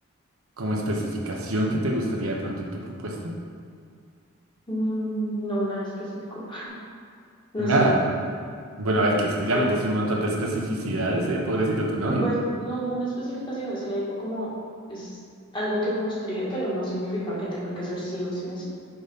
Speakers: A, on the right; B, on the left.
A: como especificación que te gustaría de pronto en tu propuesta?
B: Mm, no, nada específico.
A: Nada.
B: No sé.
A: Bueno, a ver, que es que ya
B: pues
A: metiste un montón de especificidades, ¿eh? Pobrecito tu novio.
B: Pues no son especificaciones, se le digo como es algo que me gustaría, pero no significa que tenga que ser sí o sí así.